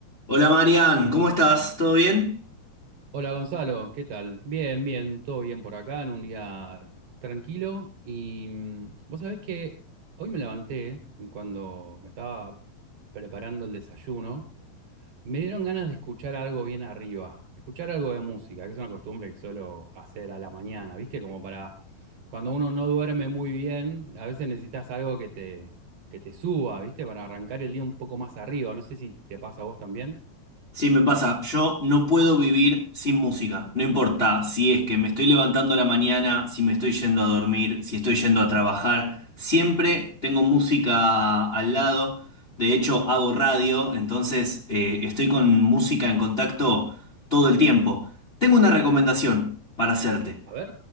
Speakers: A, on the left (about 25°); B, on the right (about 75°).
A: Hola Marian, ¿cómo estás? ¿Todo bien?
B: Hola Gonzalo, ¿qué tal? Bien, bien, todo bien por acá, en un día tranquilo. Y mm, vos sabés que hoy me levanté y cuando me estaba preparando el desayuno, me dieron ganas de escuchar algo bien arriba, escuchar algo de música, que es una costumbre que suelo hacer a la mañana, ¿viste? Como para cuando uno no duerme muy bien, a veces necesitas algo que te, que te suba, ¿viste? Para arrancar el día un poco más arriba. No sé si te pasa a vos también.
A: Sí, me pasa. Yo no puedo vivir sin música. No importa si es que me estoy levantando a la mañana, si me estoy yendo a dormir, si estoy yendo a trabajar. Siempre tengo música al lado. De hecho, hago radio, entonces eh, estoy con música en contacto todo el tiempo. Tengo una recomendación para hacerte.
B: A ver,